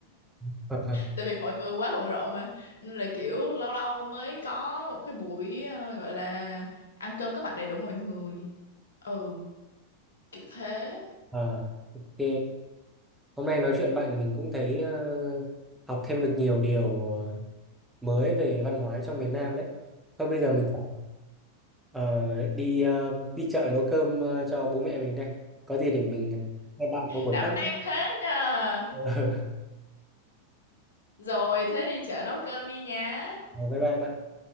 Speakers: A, in the centre; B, on the left (about 65°).
A: <laughs>
B: tại vì mọi người quá bận rộn mà nên là kiểu lâu lâu mới có một cái buổi ờ, gọi là ăn cơm có mặt đầy đủ mọi người ừ kiểu thế
A: Ờ, ok hôm nay nói chuyện với bạn thì mình cũng thấy ờ, học thêm được nhiều điều ờ, mới về văn hóa trong miền Nam đấy thôi bây giờ mình ờ, đi ờ, đi chợ nấu cơm ờ, cho bố mẹ mình đây có gì để mình ờ, hai bạn có buổi
B: đảm
A: khác
B: đang
A: nhé.
B: thế nha
A: <laughs>
B: rồi thế đi chợ nấu cơm đi nha
A: Ờ, bye bye bạn